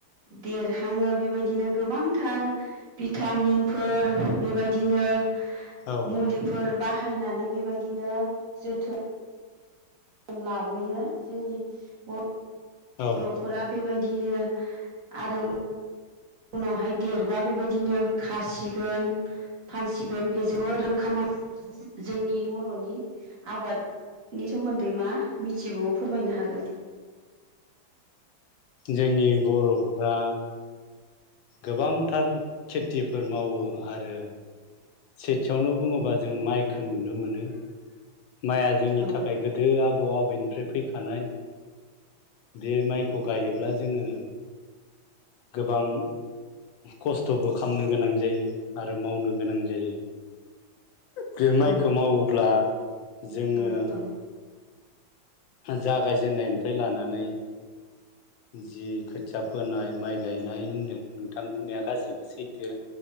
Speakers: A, on the right (about 45°); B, on the left (about 80°).
A: देरहाङो बेबायदिनो गोबांथार भिटामिनफोर बेबायदिनो
B: औ
A: मुलिफोर बाहायनानै बेबायदिनो जोथो लाबोयो जोंनि बर
B: औ
A: बरफोरा बेबायदिनो आरो उनावहाय देरबा बेबायदिनो खासिगोन फानसिगोन बेजोंबो रोंखाम जोंनि बरनि आबादनि सोमोन्दै मा मिथिबावो फोरमायनो हागोन।
B: जोंनि बरफ्रा गोबांथार खेथिफोर मावो आरो सेथियावनो बुङोबा जों माइखो नुनो मोनो माइआ जोंनि
A: औ
B: थाखाय गोदो आबौ आबैनिफ्राय फैखानाय बे माइ खौ गायोब्ला जोंङो गोबां खस्थबो खामनो गोनां जायो आरो मावनो गोनां जायो। बे माइखौ
A: औ
B: मावोब्ला जोङो
A: औ औ
B: जागायजेननायनिफ्राय लानानै जि खोथिया फोनाय माइ गायनाय होन्दों नोंथां बुंनाया गासि बेबो सैथो